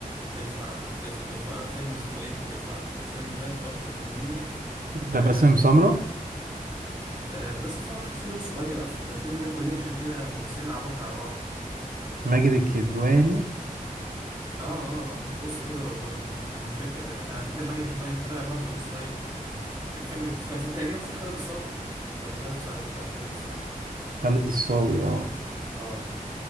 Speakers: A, on the right; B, on the right.
A: الفرح اسم الفرح فيلم اسمه ايه الفرح الفيلم ده تحفة فنية
B: ده
A: آه،
B: باسم
A: لازم
B: سمرة
A: آه، باسم سمرة واخد فيه دور صغير اصلا ده الفيلم ده كوليكشن كده ممثلين عباقرة على بعض
B: ماجد الكدواني
A: اه اه اه بص كده وقول لي انا مش فاكر ده كان- انا فاكر ماجد الكدواني كان طالع برضه بدور صغير كان فاكر كان في تقريبا في خالد الصاوي ولا خالد صالح لا خالد الصاوي تقريبا
B: خالد الصاوي اه
A: اه